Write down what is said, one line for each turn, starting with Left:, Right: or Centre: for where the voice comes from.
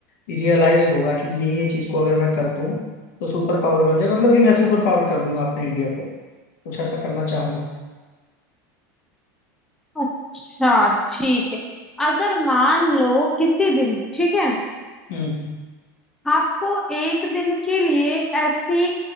Left: रियलाइज होगा कि ये ये चीज को अगर मैं कर दूं तो सुपर पावर बन जाए मतलब कि मैं सुपर पावर कर दूंगा अपने इंडिया को कुछ ऐसा करना चाहूंगा
Centre: अच्छा ठीक है अगर मान लो किसी दिन ठीक है
Left: हम्म
Centre: आपको एक दिन के लिए ऐसी